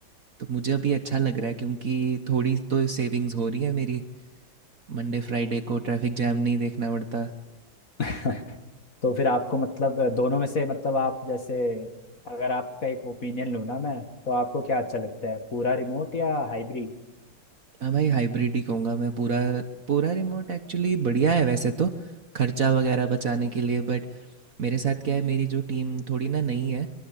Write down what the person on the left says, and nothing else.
<laughs> तो फिर आपको मतलब अ, दोनों में से मतलब आप जैसे अगर आपका एक ओपिनियन लूँ ना मैं तो आपको क्या अच्छा लगता है पूरा रिमोट या हाइब्रिड